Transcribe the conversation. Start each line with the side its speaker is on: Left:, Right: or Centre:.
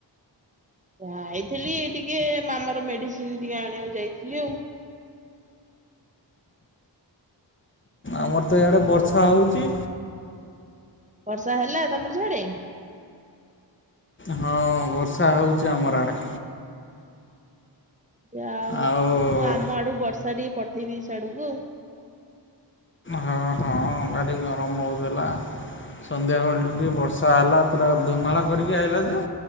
Right: ଯାଇଥିଲି ଟିକେ ମାମାର ମେଡିସିନ ଟିକେ ଆଣିବାକୁ ଯାଇଥିଲି ଆଉ।
Left: ଆମର ତ ଏଆଡେ ବର୍ଷା ହେଉଛି।
Right: ବର୍ଷା ହେଲା ତମର ସିଆଡେ?
Left: ହଁ ବର୍ଷା ହେଉଛି ଆମର ଆଡ଼େ।
Right: ଯା ହଉ
Left: ଆଉ
Right: ମୁଁ ଆମ ଆଡୁ ବର୍ଷା ଟିକେ ପଠେଇଦେଇଚି ସିଆଡକୁ ଆଉ।
Left: ହଁ ହଁ ଭାରି ଗରମ ହଉଥିଲା। ସନ୍ଧ୍ୟାବେଳ ଠୁ ଟିକେ ବର୍ଷା ହେଲା ପୁରା ଧୁମାଳ କରିକି ଆଇଲା ଯେ।